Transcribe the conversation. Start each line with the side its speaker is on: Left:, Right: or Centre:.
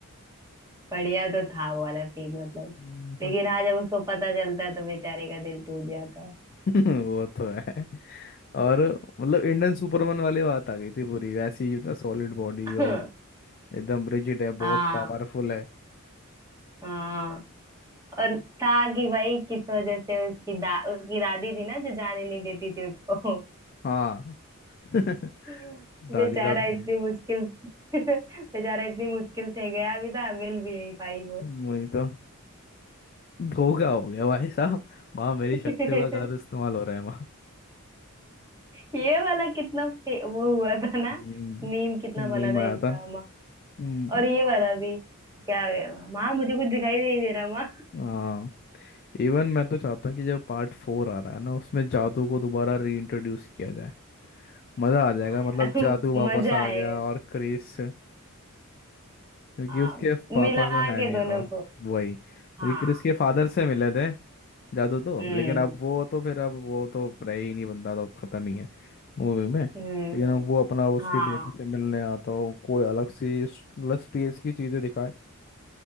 Right: बढ़िया तो था वो वाला सीन मतलब
Left: हम्म, तो
Right: लेकिन हाँ जब उसको पता चलता है तो बेचारे का दिल टूट जाता है
Left: <laughs> वो तो है और मतलब इंडियन सुपरमैन वाली बात आ गई थी पूरी वैसी मतलब सॉलिड बॉडी
Right: <laughs>
Left: और एकदम रिजिड है
Right: हाँ
Left: बहुत पावरफुल है
Right: हाँ और था कि भाई किस वजह से उसकी दा उसकी दादी थी ना जो जाने नहीं देती थी उसको
Left: हाँ <laughs>
Right: <laughs>
Left: दादी
Right: बेचारा
Left: का भी सही
Right: इतनी मुश्किल <laughs> बेचारा इतनी मुश्किल से गया अभी था मिल भी नहीं पाई वो
Left: वही तो धोखा हो गया भाई साहब माँ मेरी
Right: <laughs>
Left: शक्तियों का गलत इस्तेमाल हो रहा है माँ
Right: ये वाला कितना फे- वो हुआ था ना
Left: हम्म
Right: मीम कितना बना
Left: नीम
Right: था
Left: आया
Right: इसका
Left: था हम्म
Right: और ये वाला भी क्या गया, माँ मुझे कुछ दिखाई नहीं दे रहा माँ
Left: हाँ इवन मैं तो चाहता हूँ कि जब पार्ट फोर आ रहा है ना उसमें जादू को दोबारा रीइंट्रोड्यूस किया जाए मजा आ जाएगा
Right: हाँ
Left: मतलब
Right: यार <laughs> यार
Left: जादू वापस
Right: मजा
Left: आ
Right: आएगा
Left: गया और क्रेज से। क्योंकि
Right: हाँ
Left: उसके पापा
Right: मिला
Left: तो है
Right: के
Left: नहीं
Right: दोनों
Left: और
Right: को
Left: वही क्योंकि
Right: हाँ
Left: क्रिस के फादर से मिले थे जादू तो
Right: हम्म
Left: लेकिन अब वो तो फिर अब वो तो रहे ही नहीं बंदा तो खत्म ही है मूवी में
Right: हम्म
Left: लेकिन अब वो अपना उसके
Right: हाँ
Left: बेटे से मिलने आता हो कोई अलग सी स- मतलब स्पेस की चीजें दिखाए